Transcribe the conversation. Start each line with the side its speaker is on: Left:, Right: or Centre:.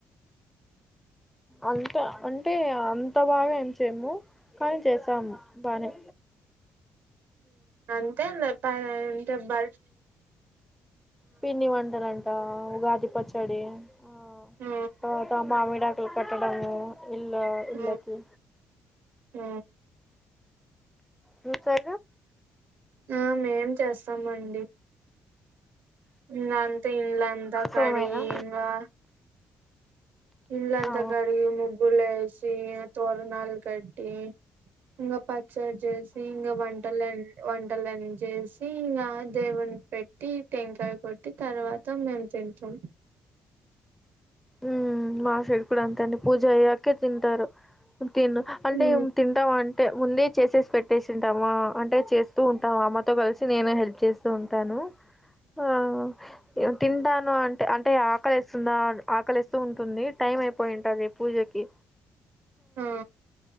Centre: అంత అంటే అంత బాగా ఏం చేయము కానీ చేసాము బానే
Right: అంతే ప అంటే బర్
Centre: పిన్ని వంటనంట ఉగాది పచ్చ చెడి ఆ
Right: ఆ
Centre: తర్వాత మామి డాకులు కట్టడము ఇలా
Right: ఆ,
Centre: ఇలాకి
Right: ఆ.
Centre: మీ స
Right: ఆ మేం చేస్తామండి ఇ అంత ఇంల అంతా కడి
Centre: సేమేనా
Right: ఇంగా ఇల్ంతా
Centre: ఆ
Right: కడిగి ముగ్గులే తోరణాలు కట్టి ఇంకా పచ్చడి చేసి ఇంకా వంటలు వంటలన్న చేసి ఇంకా దేవుని పెట్టి టెంకాయ కొట్టి తర్వాత మేము తింటాం
Centre: ఉ మా సైడ్ డి కూడా అంతే అండి పూజ అయ్యాకే తింటారు తిను అంటే
Right: ఉమ్,
Centre: ఏం తింటాం అ అంటే ముందే చేసేసి పెట్టేసింటామా అంటే చేస్తూ ఉంటాం అమ్మతో కలిసి నేను హెల్ప్ చేస్తూ ఉంటాను
Right: <unintelligible>
Centre: ఆ తింటాను అంటే అంటే ఆకలి వస్తుందాఅని ఆకలిస్తూ ఉంటుంది టైం అయిపోయింట అది పూజకి
Right: ఆ